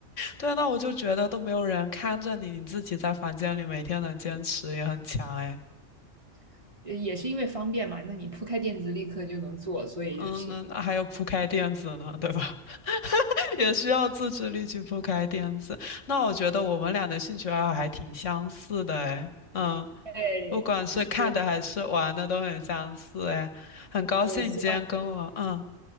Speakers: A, on the left (about 65°); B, on the right (about 25°).
A: 对，那我就觉得都没有人看着你，你自己在房间里每天能坚持也很强哎。
B: <laughs> 也也是因为方便嘛。那你铺开垫子立刻就能做，所以就是
A: 嗯，那那还有铺开垫子呢，对吧？<laughs> 也需要自制力去铺开垫子。那我觉得我们俩的兴趣爱好还挺相似的，哎。嗯，
B: 对，
A: 不管是看的还是玩的都很相似，
B: 就是
A: 哎。很高兴你今天跟我，
B: 呃，希望
A: 嗯